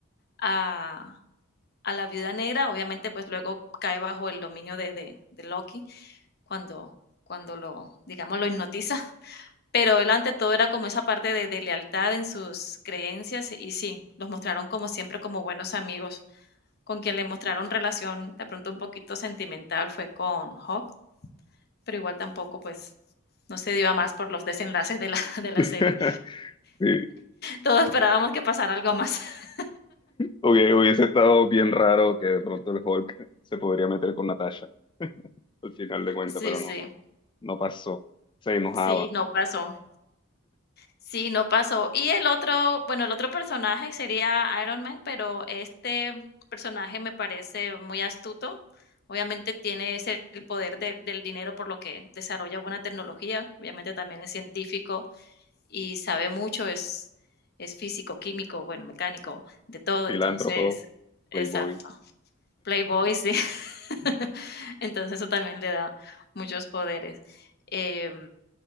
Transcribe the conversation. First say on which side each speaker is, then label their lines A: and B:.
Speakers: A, on the left (about 50°); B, on the left (about 20°).
A: a, a la viuda negra, obviamente pues luego cae bajo el dominio de, de, de Loki cuando, cuando lo, digamos, lo hipnotiza, <laughs> pero él ante todo era como esa parte de, de lealtad en sus creencias y sí, los mostraron como siempre como buenos amigos, con quien le mostraron relación de pronto un poquito sentimental fue con Hawk, pero igual tampoco, pues, no se dio a más por los desenlaces de la <laughs> de
B: <laughs>
A: la serie.
B: Sí.
A: Todos esperábamos que pasara algo más. <laughs>
B: Hubiese hubiese estado bien raro que de pronto el Hulk se podría meter con Natasha al final de cuentas,
A: Sí,
B: pero
A: sí.
B: no, no pasó. Se enojaba.
A: Sí, no pasó. Sí, no pasó. Y el otro, bueno, el otro personaje sería Iron Man, pero este personaje me parece muy astuto. Obviamente tiene ese el poder de del dinero, por lo que desarrolla buena tecnología. Obviamente también es científico y sabe mucho, es es físico, químico, bueno, mecánico, de todo.
B: Filántropo,
A: Entonces, exacto,
B: playboy.
A: playboy, <laughs> sí. <laughs> Entonces eso también le da muchos poderes. Eh,